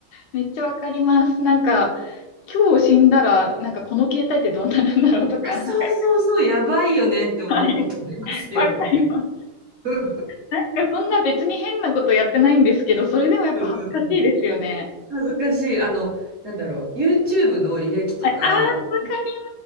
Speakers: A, on the left; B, on the right.
A: めっちゃわかります。なんか、今日死んだら、なんかこの携帯ってどうなるんだろうとか、
B: あ、そうそうそう、
A: なんか
B: やばいよねって思うことありますよね。
A: はい、わかります。
B: うん
A: なんかそんな別に変なことやってないんですけど、それでもやっぱ恥ずかしいですよね。
B: うんうんうん恥ずかしい。あの、なんだろう。YouTube の履歴とか、
A: はい、ああ、わかり
B: うん